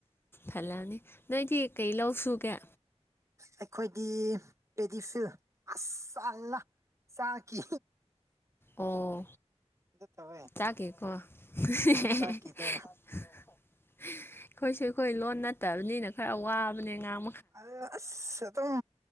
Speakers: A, on the left (about 20°); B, on the right (about 25°).
A: ꯊꯜꯂꯑꯅꯤ ꯅꯣꯏꯗꯤ ꯀꯩ ꯂꯧ ꯁꯒꯦ
B: ꯑꯩꯈꯣꯏꯗꯤ ꯄꯦꯗꯤꯐꯤꯜ ꯑꯁꯅ ꯆꯥꯈꯤ
A: ꯑꯣ
B: ꯇꯧꯋꯦ
A: ꯆꯥ ꯀꯦ ꯀꯣ ꯑꯩꯈꯣꯏꯁꯨ
B: ꯎꯝ, ꯆꯥꯛꯀꯤꯗꯣ
A: ꯑꯩꯈꯣꯏ ꯂꯣꯟ ꯅꯠꯇꯕꯅꯤꯅ ꯈꯔ ꯋꯥꯕꯅꯦ ꯉꯥꯡ
B: ꯑ ꯑꯁ ꯑꯗꯨꯝ